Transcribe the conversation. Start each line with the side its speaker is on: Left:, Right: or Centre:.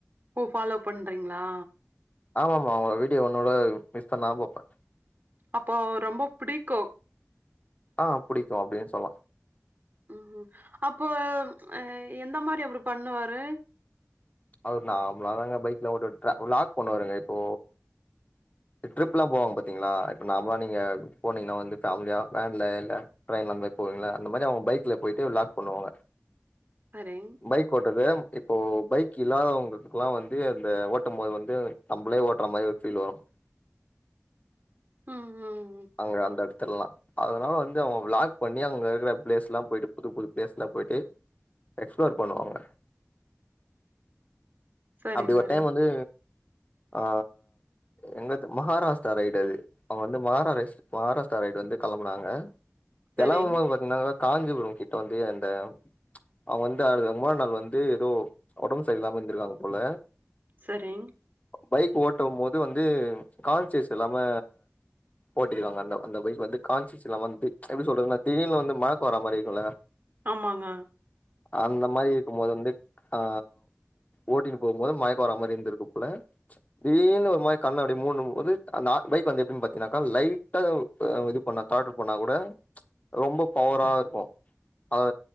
Right: ஓ ஃபாலோ பண்றீங்களா
Left: ஆமாமா அவுங்க வீடியோ ஒன்னுகூட மிஸ் பண்ணாம் பாப்பே
Right: அப்ப ரொம்ப பிடிக்கூ
Left: ஆ புடிக்கூ அப்டின் சொல்லா
Right: ம் ம் அப்போ அ எந்த மாரி அவரு பண்ணுவாரு
Left: அவரு நாம்லாதாங்க பைக்லா ஓட்டுட்ற வ்லாக் பண்ணுவாருங்க இப்போ ட்ரிப்லா போவாங்க பாத்தீங்ளா இப்ப நாம்லா நீங்க போனீங்கனா வந்து ஃபேம்லியா வேன்ல இல்ல ல அந் மாரி போவீங்ல அந்த மாரி அவுங்க பைக்ல போயிட்டு வ்லாக் பண்ணுவாங்க
Right: சரிங்
Left: பைக் ஓட்டற்து இப்போ பைக் கிலாதவங்களுக்லா வந்து அந்த ஓட்டும் போது வந்து நம்மளே ஓட்ற மாரி ஃபீல் வரு <inaudible>
Right: ம் ம்
Left: அவுங்க அந்தடு தெர்லா அதனால வந்து அவங்க வ்ளாக் பண்ணி அவுங்க இருக்கிற பிளேஸ்லா போயிட்டு புது புது பிளேஸ்லா போயிட்டு எக்ஸ்ப்ளோர் பண்ணுவாங்க
Right: சரி
Left: அப்டி
Right: சரி
Left: ஒரு டைம் வந்து ஆ எங்க தெம மகாராஷ்டா ரைடு அது அவங்க வந்து மகாராரை மகாராஷ்டா ரைடு வந்து கெளம்புனாங்க
Right: சரிங்
Left: கெளம்பும்போது பாத்தீங்னா காஞ்சிபுரம் கிட்ட வந்து அந்த அவுங்க வந்து அடுத்த மூணா நாள் வந்து எதோ ஒடம்பு சரியில்லாம இருந்திருக்காங் போல
Right: சரிங்
Left: பைக் ஓட்டும் போது வந்து கான்சியஸ் இல்லாம ஓட்டிக்கிறாங்க அந்த அந்த போய் வந்து கான்ஷிஸ் இல்லாம வந்து எப்டி சொல்றதுன்னா தீடீர்னு வந்து மயக்கோ வர மாரி இருக்குல்ல
Right: ஆமாங்க
Left: அந்த மாரி இருக்கும் போது வந்து ஆ ஓட்டின்னு போம் போது மயக்கோ வர மாரி இருந்திருக்கு போல தீடீர்னு ஒரு மாரி கண்ணு அப்டி மூடும் போது அந்த ஆ பைக் வந்து எப்டின் பாத்தீங்னா லைட்டா இது பண்ண காடர் பண்ணா கூட ரொம்ப பவரா இருக்கு அதா